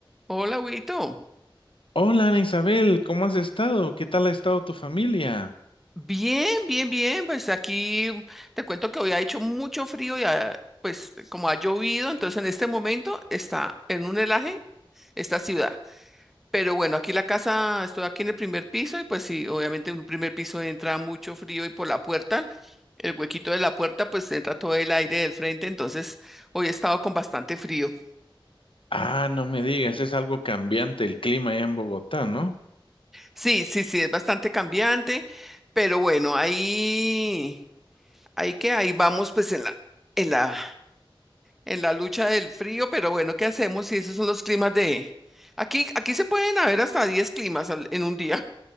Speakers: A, in the centre; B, on the left.
A: Hola, Huguito.
B: Hola, Ana Isabel, ¿cómo has estado? ¿Qué tal ha estado tu familia?
A: Bien, bien, bien. Pues aquí te cuento que hoy ha hecho mucho frío y ha- pues como ha llovido, entonces en este momento está en un helaje esta ciudad. Pero bueno, aquí la casa, estoy aquí en el primer piso y pues sí, obviamente en un primer piso entra mucho frío y por la puerta, el huequito de la puerta, pues entra todo el aire del frente, entonces hoy he estado con bastante frío.
B: Ah, no me digas, es algo cambiante el clima allá en Bogotá, ¿no?
A: Sí, sí, sí, es bastante cambiante, pero bueno, ahí, ahí que ahí vamos pues en la, en la en la lucha del frío, pero bueno, ¿qué hacemos si esos son los climas de... Aquí, aquí se pueden haber hasta 10 climas al- en un día.